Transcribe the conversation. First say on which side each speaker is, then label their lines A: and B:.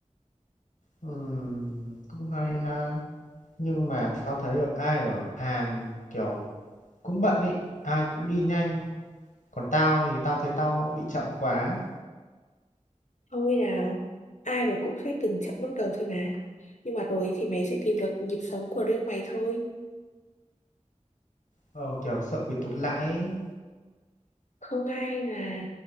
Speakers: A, on the left; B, on the left.
A: Ừm, cũng hay ha nhưng mà tao thấy ở ai ở Hàn kiểu cũng bận ý ai cũng đi nhanh còn tao thì tao thấy tao bị chậm quá
B: thôi nào ai rồi cũng sẽ từng chậm lúc đầu thôi mà nhưng mà rồi thì mày sẽ tìm được nhịp sống của riêng mày thôi
A: ờ, kiểu sợ bị tụt lại ý.
B: không ai là